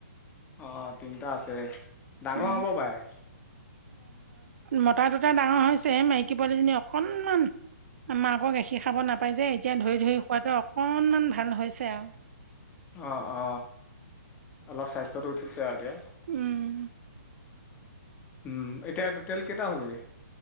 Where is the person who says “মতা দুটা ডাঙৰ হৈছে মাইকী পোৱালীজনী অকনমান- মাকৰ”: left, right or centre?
Right